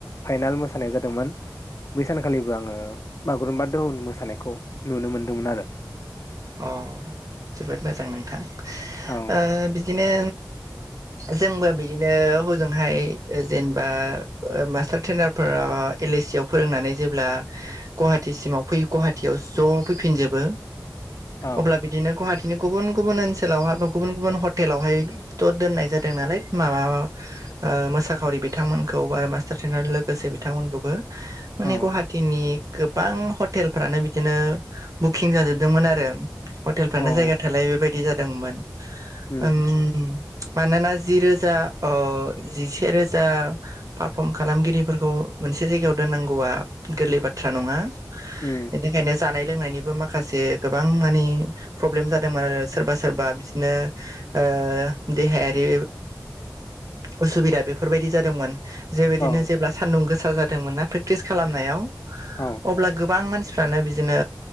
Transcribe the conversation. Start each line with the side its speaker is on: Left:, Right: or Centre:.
Left: फाइनाल मोसानाय जादोंमोन बै सानखालि बो आङो बागुरुम्बा दोहौनि मोसानायखौ नुनो मोन्दोंमोन आरो।
Right: अ जोबोद मोजां नोंथां
Left: औ
Right: ओ बिदिनो जोंबो बिदिनो हजोंहाय ओ जेनेबा ओ मास्टार ट्रेनार फोरा एल ए सि आव फोरोंनानै जेब्ला गुवाहाटिसिमाव फै गुवाहाटियाव ज' फैफिनजोबो
Left: औ
Right: अब्ला बिदि दिनो गुहाटिनि गुबुन गुबुन ओनसोलाव बा गुबुन गुबुन हटेलावहायथ' दोननाय जादों नालाय माबा ओमोसाखावरि बिथांमोनखौ मासतार लोगोसे बिथांमोनखौबो माने
Left: औ
Right: गुवाहा थिनि गोबां हटेलफ्रानो बिदिनो बुकिं जाजोबदोंमोन आरो हटेलफ्रानो
Left: औ
Right: जायगा थोलायै बेबायदि जादोंमोन
Left: उम
Right: ओम मानोना जि रोजा ओ जिसे रोजा पारफर्म खालामगिरिफोरखौ मोनसे जायगायाव दोननांगौआ गोरलै बाथ्रा नङा
Left: उम
Right: बेनिखायनो जानाय लोंनायनिबो माखासे गोबां मानि प्रब्लेम जादोंमोन आरो सोरबा सोरबा बिदिनो ओ देहायारि उसुबिदा बेफोरबायदि जादोंमोन जेबायदिनो
Left: औ
Right: जेब्ला सानदुं गोसा जादोंमोन ना प्रेक्टिस खालामनायाव
Left: औ अ
Right: अब्ला गोबां मानसि फ्रानो बिदिनो